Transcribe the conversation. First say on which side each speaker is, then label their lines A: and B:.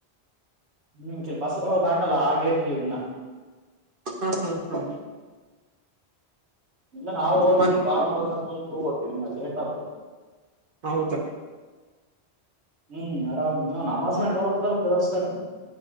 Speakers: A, on the right (about 85°); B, on the right (about 55°).
A: ಹ್ಮ್ ಕೆಲ್ ಬಸ್ ಒಳ ದಾಟಲ್ಲ ಆ ಗೇಟ್ಗವಿನ್ನ
B: ಹ್ಮ ಹಾ ಹಾ
A: ಇಂದ ನಾವು ಹೋಗಿ
B: ಮತ್
A: ಕಾಮಾರಸ ಕುಂತಗೋತೀವಿ ಇ ನ ಲೇಟ್ ಆಗ್
B: ಹೌದ
A: ಹ್ಮ್ ಆರಾಮ್ ನಾ ನಮಾಜ್ ಮಾಡಿ ಬರ್ಬೇಕಲ್ಲ ಫಿರೋಸ್ರ್